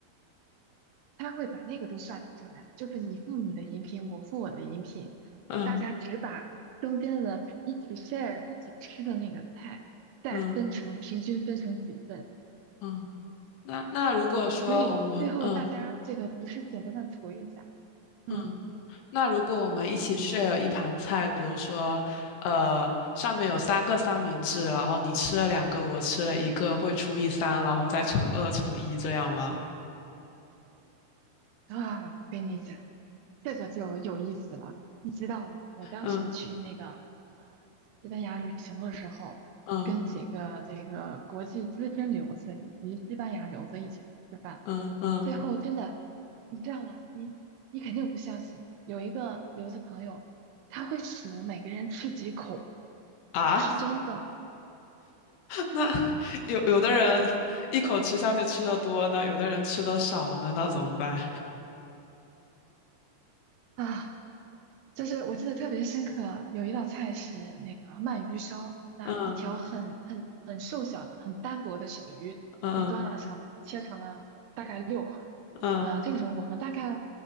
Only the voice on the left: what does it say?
嗯
嗯嗯。嗯那那如果说我们嗯。
嗯那如果我们一起 share 一盘菜，比如说，呃，上面有三个三明治，然后你吃了两个，我吃了一个，会除以三，然后再乘二乘一这样吗？
嗯
嗯
嗯嗯
啊，
那有有的人一口吃下去吃的多呢，有的人吃的少呢，那怎么办？
嗯
嗯
嗯